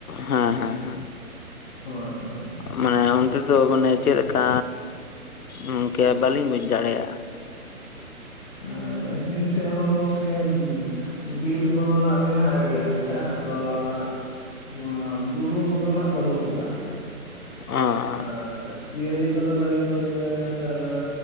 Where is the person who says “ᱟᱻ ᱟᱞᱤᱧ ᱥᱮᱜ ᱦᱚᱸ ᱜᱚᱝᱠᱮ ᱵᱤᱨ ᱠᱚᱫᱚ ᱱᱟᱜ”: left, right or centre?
Centre